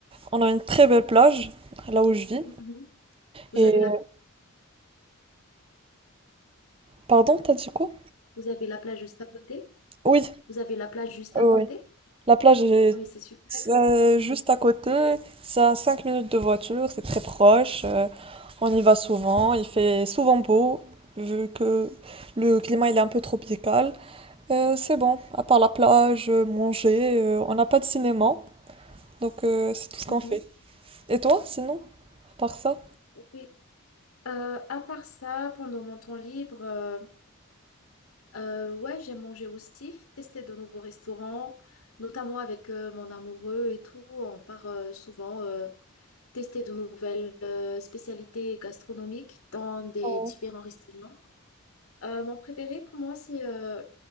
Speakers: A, on the right (about 25°); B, on the left (about 85°).
A: on a une très belle plage là où je vis.
B: Mhm. Vous
A: Et
B: avez la,
A: euh, pardon, t'as dit quoi?
B: vous avez la plage juste à côté?
A: Oui,
B: Vous avez la plage juste
A: oui.
B: à côté?
A: La plage est
B: Ah, Mais c'est super.
A: euh,
B: Mhm.
A: juste à côté, c'est à 5 minutes de voiture, c'est très proche, euh, on y va souvent, il fait souvent beau, vu que le climat il est un peu tropical. Euh, c'est bon, à part la plage, euh, manger, euh, on n'a pas de cinéma, donc euh, c'est tout ce
B: Mhm.
A: qu'on fait. Et toi, sinon, à part ça?
B: Oui. Euh, à part ça, pendant mon temps libre, euh, euh, ouais, j'aime manger aussi, tester de nouveaux restaurants, notamment avec euh, mon amoureux et tout. On part euh, souvent euh, tester de nouvelles euh, spécialités gastronomiques dans des
A: Ouais.
B: différents restaurants. Euh, mon préféré pour moi, c'est euh,